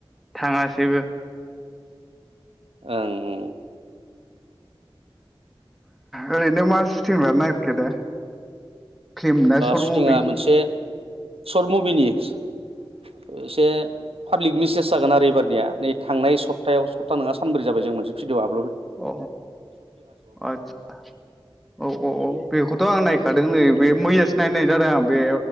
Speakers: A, in the centre; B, on the right (about 90°).
A: थाङासैबो
B: ओं
A: ओरैनो मा सुटिं लेरनो नागिरखो दा? फिल्म ना सर्ट
B: सुटिंआ
A: मुभि
B: मोनसे शर्ट मुभिनि <unintelligible> एसे पाब्लिक मिसेज जागोन आरो एबारनिया नै थांनाय सप्तायाव सप्ता नङा सानब्रै जाबाय जों मोनसे भिडिअ आब
A: औ आदसा औ औ औ बेखौन थ आं नायखादों
B: होननाय
A: नै बे मैयासो नायनाय जादों आं बे